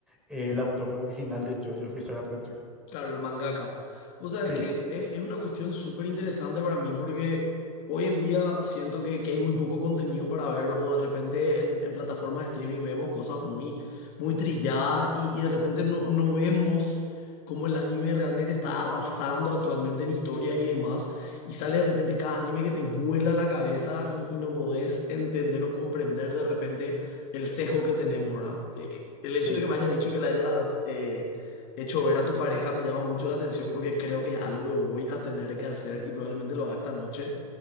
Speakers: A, in the centre; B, on the left.
A: el autor original de JoJo's Bizarre Adventure.
B: Claro, el mangaka. O sea,
A: Sí,
B: es que es, es una cuestión súper interesante para mí porque hoy en día siento que, que hay muy poco contenido para ver o de repente en, en plataformas de streaming vemos cosas muy, muy trilladas y, y de repente no, no vemos cómo el anime realmente está arrasando actualmente en historias y demás y sale de repente cada anime que te vuela la cabeza y, y no podés entender o comprender de repente el sesgo que tenemos, ¿verdad? Eh, El hecho
A: sí,
B: de que me hayas dicho que le hayas... eh, hecho ver a tu pareja me llama mucho la atención porque creo que es algo que voy a tener que hacer y probablemente lo haga esta noche.